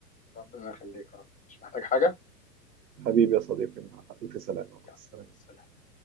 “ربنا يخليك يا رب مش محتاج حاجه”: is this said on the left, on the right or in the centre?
Left